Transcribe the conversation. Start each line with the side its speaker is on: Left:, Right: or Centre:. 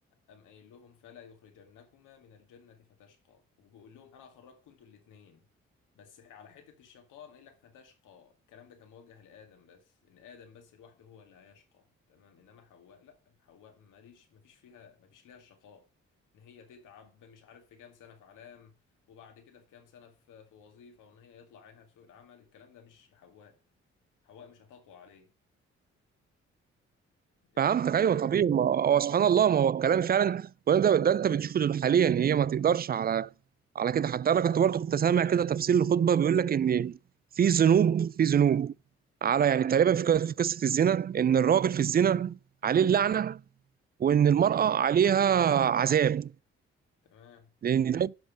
Left: قام قايل لهم فلا يخرجنكما من الجنة فتشقى وبيقول لهم أنا هخرجكم انتوا الاتنين بس على حتة الشقاء قام قايل لك فتشقى الكلام ده كان موجه لآدم بس إن آدم بس لوحده هو اللي هيشقى تمام إنما حواء لأ حواء ماليش مفيش فيها مفيش ليها الشقاء إن هي تتعب مش عارف في كام سنة في علام وبعد كده في كام سنة في في وظيفة وإن هي يطلع عينها في سوق العمل الكلام ده مش لحواء حواء مش هتقوى عليه جميل
Right: فهمتك
Left: جدا
Right: ايوه طبيعي ما هو سبحان الله ما هو الكلام فعلا وانا ده, ده انت بتشوفه دول حاليا هي ما تقدرش على على كده حتى انا كنت برضه كنت سامع كده تفسير لخطبه بيقول لك ان في ذنوب في ذنوب على يعني تقريبا في ق- في قصه الزنا ان الراجل في الزنا عليه اللعنه وان المراه عليها عذاب
Left: تمام
Right: لان ده